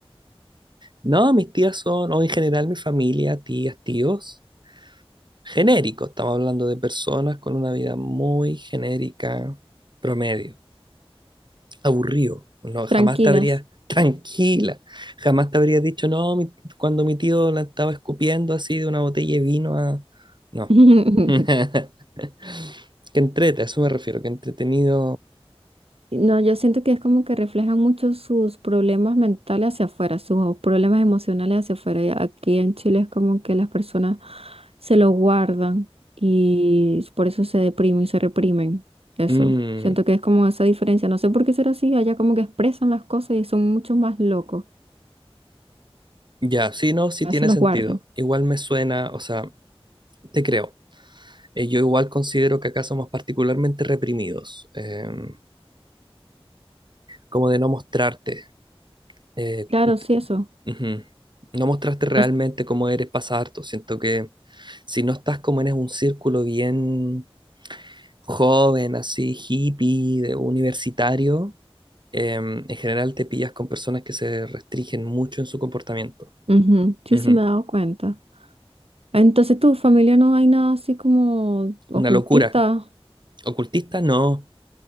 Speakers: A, on the right (about 50°); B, on the right (about 70°).
A: no, mis tías son, o en general mi familia, tías, tíos. genérico. Estamos hablando de personas con una vida muy genérica, promedio, aburrido. No, jamás
B: Tranquilas.
A: te habrías, tranquila, jamás te habrías dicho, no, mi- cuando mi tío la estaba escupiendo así de una botella de vino a... No.
B: <laughs>
A: <laughs> Que entrete, a eso me refiero, que entretenido.
B: No, yo siento que es como que reflejan mucho sus problemas mentales hacia afuera, sus problemas emocionales hacia afuera. Y Aquí en Chile es como que las personas se lo guardan y por eso se deprimen y se reprimen. Eso,
A: Mm,
B: siento que es como esa diferencia. No sé por qué será así, allá como que expresan las cosas y son mucho más locos.
A: ya, sí, no, sí
B: Ya
A: tiene
B: se los
A: sentido.
B: guardan.
A: Igual me suena, o sea, te creo. Eh, yo igual considero que acá somos particularmente reprimidos, em, como de no mostrarte. Eh,
B: Claro, sí, eso.
A: Ujú. No mostraste realmente
B: Nos-
A: cómo eres pasa harto. Siento que si no estás como en un círculo bien joven, así hippie, de universitario, em, en general te pillas con personas que se restringen mucho en su comportamiento.
B: Ujú, Sí,
A: Ujú.
B: sí me he dado cuenta. Entonces, ¿tu familia no hay nada así como ocultista?
A: Una locura. ¿Ocultista? No,